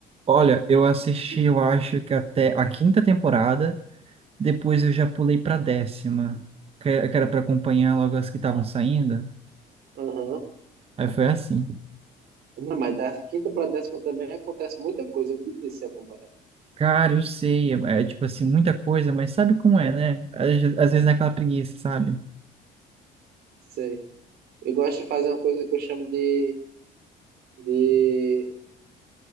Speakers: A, on the right; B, on the right.
A: Olha, eu assisti, eu acho que até a quinta temporada, depois eu já pulei pra décima, que que era pra acompanhar logo as que estavam saindo.
B: Aham.
A: Aí foi assim.
B: Não, mas da quinta para décima também acontece muita coisa, é difícil se acompanhar.
A: Cara, eu sei, é, é, tipo assim, muita coisa, mas sabe como é, né? Às, às vezes naquela preguiça, sabe?
B: Sei. Eu gosto de fazer uma coisa que eu chamo de, de...